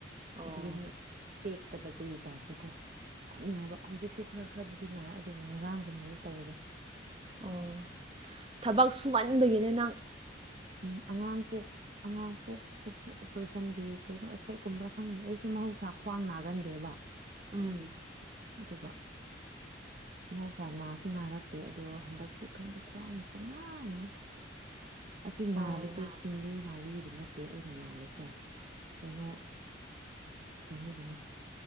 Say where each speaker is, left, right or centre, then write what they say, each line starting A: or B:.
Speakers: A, on the right; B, on the right.
A: ꯑꯣ
B: ꯑꯗꯨꯗꯅꯦ ꯇꯦꯛꯀꯗꯕꯒꯤ ꯇꯥꯏꯞꯇꯨꯀꯣ ꯌꯥꯝ ꯅꯥꯕ ꯍꯧꯖꯤꯛꯁꯨ ꯈꯔ ꯈꯔꯕꯨꯗꯤ ꯅꯥꯦ ꯑꯗꯨꯕꯨ ꯉꯔꯥꯡꯒꯨꯝꯕꯗꯤ ꯇꯧꯗꯦ
A: ꯑꯣ ꯊꯕꯛ ꯁꯨꯃꯟꯕꯗꯒꯤꯅꯦ ꯅꯪ
B: ꯎ ꯑꯉꯥꯡ ꯄꯣꯛ ꯑꯉꯥꯡ ꯄꯣꯛꯁꯨ ꯑꯣꯄꯔꯦꯁꯟꯒꯤ ꯀꯩꯅꯣ ꯑꯦꯐꯦꯛꯀꯨꯝꯕ꯭ꯔꯥ ꯈꯪꯗꯦ ꯑꯩꯁꯦ ꯃꯍꯧꯁꯥ ꯈ꯭ꯋꯥꯡ ꯅꯥꯒꯟꯗꯦꯕ
A: ꯎꯝ
B: ꯑꯗꯨꯒ ꯃꯍꯧꯁꯥ ꯅꯥꯁꯨ ꯅꯥꯔꯛꯇꯦ ꯑꯗꯣ ꯍꯟꯗꯛꯇꯤ ꯈꯪꯗꯦ ꯈ꯭ꯋꯥꯡ ꯄꯪꯅꯥꯅ ꯑꯁꯤ
A: ꯑꯣ
B: ꯅꯥꯕꯁꯦ
A: ꯑꯣ
B: ꯁꯤꯡꯂꯤ ꯅꯥꯎꯔꯤꯒꯤ ꯅꯠꯇꯦ ꯑꯩꯅ ꯅꯥꯔꯤꯁꯦ ꯀꯩꯅꯣ ꯀꯩꯅꯣꯒꯤꯅꯤ <inaudible>